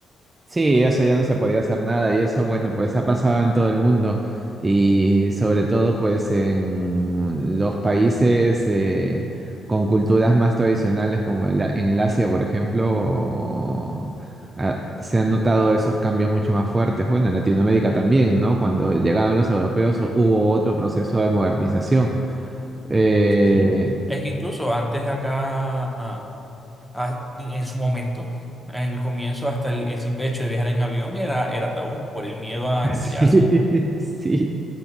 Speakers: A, on the right; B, in the centre.
A: Sí, eso ya no se podía hacer nada y eso, bueno, pues ha pasado en todo el mundo y sobre todo pues en los países eh, con culturas más tradicionales como el- en el Asia, por ejemplo, ah, se han notado esos cambios mucho más fuertes. Bueno, en Latinoamérica también, ¿no? Cuando llegaron los europeos hubo otro proceso de modernización. Eh,
B: Sí, es que incluso antes acá, ah, ah, en su momento, en el comienzo, hasta el, el simple hecho de viajar en avión era, era tabú por el miedo a
A: <laughs>
B: estrellarse.
A: sí, sí.